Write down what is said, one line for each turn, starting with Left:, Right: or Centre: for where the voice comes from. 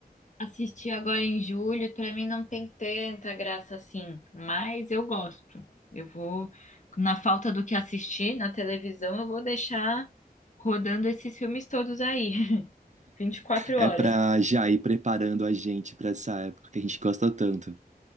Left: Assisti agora em julho, pra mim não tem tanta graça assim, mas eu gosto. Eu vou, na falta do que assistir na televisão, eu vou deixar rodando esses filmes todos aí, <laughs> 24
Right: É
Left: horas.
Right: pra já ir preparando a gente pra essa época que a gente gosta tanto.